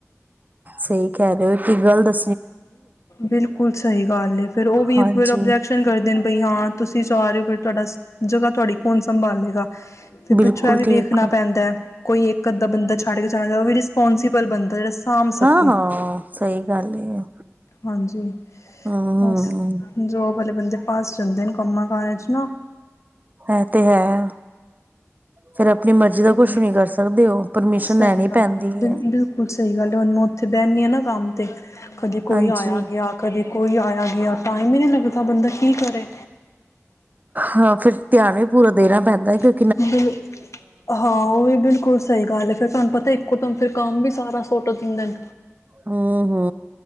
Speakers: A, on the right (about 35°); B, on the left (about 70°).
A: ਸਹੀ ਕਹਿ ਰਹੇ ਹੋ ਕੀ ਗੱਲ ਦੱਸ
B: ਬਿਲਕੁਲ ਸਹੀ ਗੱਲ ਫੇਰ ਉਹ ਵੀ
A: ਹਾਂਜੀ
B: ਫਿਰ ਓਬਜੈਕਸ਼ਨ ਕਰਦੇ ਨੇ ਬਈ ਹਾਂ ਤੁਸੀਂ ਜਾਂ ਰਹੇ ਹੋ ਫਿਰ ਤੁਹਾਡਾ ਜਗ੍ਹਾ ਤੁਹਾਡੀ ਕੌਣ ਸੰਭਾਲੇਗਾ। ਫਿਰ
A: ਬਿਲਕੁਲ
B: ਪਿੱਛੋਂ ਵੀ
A: ਠੀਕ
B: ਵੇਖਣਾ ਪੈਂਦਾ ਕੋਈ ਇੱਕ ਅੱਧਾ ਬੰਦਾ ਛੱਡ ਕੇ ਜਾਣਾ ਚਹੀਦਾ ਉਹ ਵੀ ਰਿਸਪੋਂਸਿਬਲ ਬੰਦਾ ਜਿਹੜਾ ਸਾਂਭ
A: ਹਾਂ
B: ਸਕੇ
A: ਹਾਂ ਸਹੀ ਗੱਲ ਹੈ
B: ਹਾਂਜੀ
A: ਹਮ ਹਮ
B: ਬਸ ਜੋਬ ਵਾਲੇ ਬੰਦੇ ਫਸ ਜਾਂਦੇ ਕੰਮਾਂ ਕਾਰਾ ਚ ਨਾ
A: ਇਹ ਤੇ ਹੈ ਫੇਰ ਆਪਣੀ ਮਰਜ਼ੀ ਦਾ
B: <unintelligible>
A: ਕੁਛ ਵੀ ਕਰ ਸਕਦੇ ਹੋ ਪਰਮਿਸ਼ਨ
B: ਸਹੀ
A: ਲੈਣੀ
B: ਗੱਲ
A: ਪੈਂਦੀ
B: ਹਾ ਬਿਲਕੁਲ
A: ਹੈ।
B: ਸਹੀ ਗੱਲ ਹੁਣ ਮੈਂ ਉੱਥੇ ਬਹਿੰਦੀ ਹਾਂ ਨਾ ਕੰਮ ਤੇ ਕਦੇ ਕੋਈ
A: ਹਾਂਜੀ
B: ਆਇਆ, ਗਿਆ। ਕਦੇ ਕੋਈ ਆਇਆ, ਗਿਆ ਟਾਈਮ ਹੀ ਨਹੀਂ ਲੱਗਦਾ ਬੰਦਾ ਕੀ ਕਰੇ
A: ਹਾਂ ਫਿਰ ਧਿਆਨ ਵੀ ਪੂਰਾ ਦੇਣਾ ਪੈਂਦਾ ਕਿਉਂ
B: <unintelligible> ਹਾਂਆਂ, ਉਹ ਵੀ ਬਿਲਕੁਲ ਸਹੀ ਗੱਲ। ਫਿਰ ਤੁਹਾਨੂੰ ਪਤਾ ਇੱਕੋਦਮ ਫਿਰ ਕੰਮ ਵੀ ਸਾਰਾ ਸੁੱਟ ਦਿੰਦੇ ਨੇ।
A: ਹੂੰ -ਹੂੰ